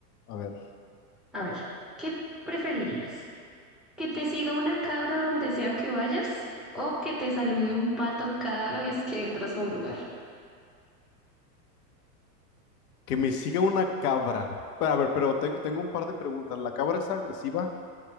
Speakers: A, on the left; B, in the centre.
A: A ver,
B: A ver, ¿qué preferirías? Que te siga una cabra donde sea que vayas o que te salude un pato cada vez que entras a un lugar.
A: que me sigue una cabra. Pero, a ver, pero tengo, tengo un par de preguntas. ¿La cabra es agresiva?